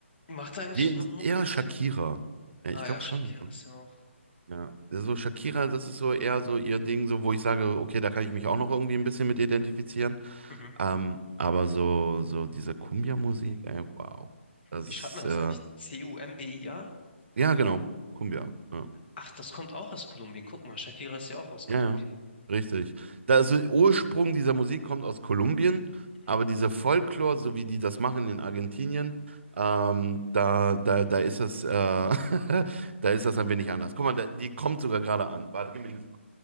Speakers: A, on the left; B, on the right.
A: Macht er eigentlich
B: Die,
A: noch
B: die-
A: Mucke,
B: eher
A: der
B: Shakira.
A: Typ?
B: Ja,
A: Ah
B: ich glaube
A: ja, Shakira
B: schon.
A: ist ja auch.
B: Ja, so Shakira, das ist so eher so ihr Ding, so wo ich sage, okay, da kann ich mich auch noch irgendwie ein bisschen mit identifizieren.
A: Mhm.
B: Ähm, aber so, so diese Cumbia-Musik, ey, wow. Das
A: Wie schreibt
B: ist,
A: man das
B: äh,
A: eigentlich? C-U-M-B-I-A?
B: ja, genau, Cumbia. Ja.
A: Ach, das kommt auch aus Kolumbien. Guck mal, Shakira ist ja auch aus Kolumbien.
B: Ja, ja, richtig. Da, also Ursprung dieser Musik kommt aus Kolumbien, aber
A: Mhm.
B: dieser Folklore, so wie die das machen in Argentinien, ähm, da, da, da ist das, äh, <laughs> da ist das ein wenig anders. Guck mal, da, die kommt sogar gerade an. Warte, gib mir eine Sekunde.